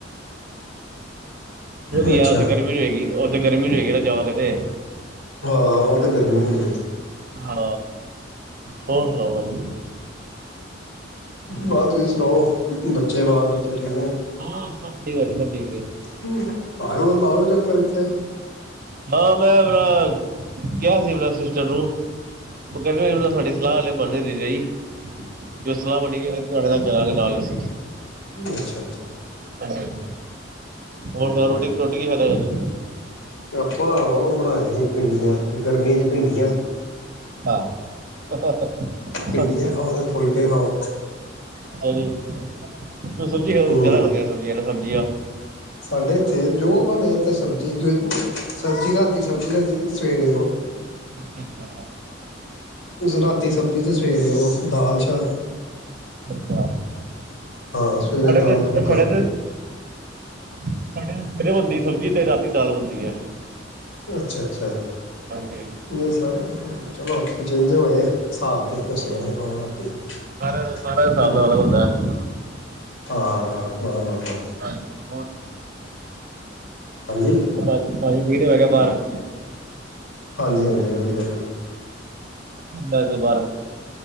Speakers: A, on the right; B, on the left.
A: ਵਧੀਆ
B: ਅੱਛਾ
A: ਉੱਥੇ ਗਰਮੀ ਨੀ ਹੋਏਗੀ, ਉੱਥੇ ਗਰਮੀ ਵੀ ਹੋਏਗੀ ਜਾਵਾਂਗੇ ਤੇ।
B: ਹਾਂ-ਹਾਂ ਉ ਤਾਂ ਗਰਮੀ ਏ।
A: ਹਾਂ ਹੋਰ ਸੁਣਾਓ ਭਾਜੀ।
B: ਬਾਅ ਤੁਸੀਂ ਸੁਣਾਓ? ਬੱਚੇ
A: ਬਸ
B: ਬਾਲ
A: ਵਧੀਆ-ਵਧੀ
B: ਬੱਚੇ ਠੀਕ
A: ਹੋਰ ਸਭ ਠੀਕ ਆ ਸਭ ਠੀਕ ਏ।
B: ਹੂੰ, ਆਓ ਲਾਇਓ ਚੱਕਰ ਇੱਥੇ।
A: ਹਾਂ ਮੈਂ ਆਪਣਾ ਕਿਆ ਸੀ ਆਪਣਾ ਸਿਸਟਰ ਨੂੰ ਉ ਕਹਿੰਦੇ ਮ ਸਾਡੇ ਸਲਾਹ ਹਾਲੇ ਬਨ ਨੀ ਰਈ, ਜਦੌ ਸਲਾਹ ਵਣੀ ੳਦੋ ਤੁਹਾਡੇ ਨਾਲ ਚੱਲਾਂਗੇ ਨਾਲ ਅਸੀ।
B: ਅੱਛਾ-ਅੱਛਾ।
A: ਹਾਂਜੀ-ਹਾਂਜੀ। ਹੋਰ ਸੁਨਾੳ
B: ਕੋਈ
A: ਰੋਟੀ-ਰੋਟੀ
B: ਨੀ
A: ਕੀ ਖਾਦਾ ਅਜ।
B: ਆਪਾਂ ਉ ਬਣਾਏ ਸੀ, ਭਿੰਡੀਆਂ ਗਰਮੀਆਂ ਭਿੰਡੀਆਂ।
A: ਹਾਂ ਅੱਛਾ
B: ਭਿੰਡੀਆਂ ਖਾਓ ਤੇ ਫੁਲਕੇ ਖਾਓ
A: ਜੀ, ਤੁਸੀ ਸਬਜ਼ੀ
B: ਹੂੰ
A: ਜਾਦਾ ਖਾਂਦੇ ਆ ਸਬਜ਼ੀਆਂ ਨਾ ਸਬਜ਼ੀਆਂ।
B: ਸਾਡੇ ਇੱਥੇ ਜੋ ਬਣੇ ਇੱਥੇ ਸਬਜ਼ੀ, ਸਬਜ਼ੀ ਰਾਤੀ ਸਬਜ਼ੀ ਲਿਆਂਦੀ ਦੇ ਸਵੇਰੇ ੳ
A: ਅੱਛਾ-ਅੱਛਾ।
B: ਰਾਤੀ ਸਬਜ਼ੀ ਤੇ ਸਵੇਰੇ ਉ ਦਾਲ ਚਾਲ।
A: ਅੱਛਾ।
B: ਹਾਂ ਸਵੇਰੇ
A: ਸਾਡੇ
B: ਦਾਲ
A: ਤੇ
B: ਫੁਲਕਾ
A: ਸਾਡੇ ਤੇ ਸਾਡੇ ਸਵੇਰੇ ਬਨਦੀ ਸਬਜ਼ੀ ਤੇ, ਰਾਤੀ ਦਾਲ ਬਨਦੀ ਐ।
B: ਅੱਛਾ-ਅੱਛਾ
A: ਹਾਂਜੀ
B: ਨਈ ਸਰ ਚਲੋ ਜਿੰਜ ਹੋਏ ਸਾਬ ਦੇ।
A: ਹਾਂ
B: ਸੇਰੇ ਖਾੳ, ਰਾਤੀ ਖਾੳ।
A: ਸਾਰਾ ਸਾਰਾ ਹਿਸਾਬ
B: ਹੂੰ
A: ਦਾ ਅਲੱਗ ਹੁੰਦਾ ਹੈ
B: ਹਾਂ ਹਾਂ ਬਸ ਬਸ ਬਸ।
A: ਹਾਂਜੀ। ਹੋਰ
B: ਹਾਂਜੀ!
A: ਭਾਜੀ-ਭਾਜੀ ਠੀਕ ਨੇ ਮੈ ਕਿਆ ਬਾਰ? <inaudible>
B: ਹਾਂਜੀ-ਹਾਂਜੀ ਵਧੀਆ ਪਾਜੀ।
A: ਬਾਹਰ <unintelligible>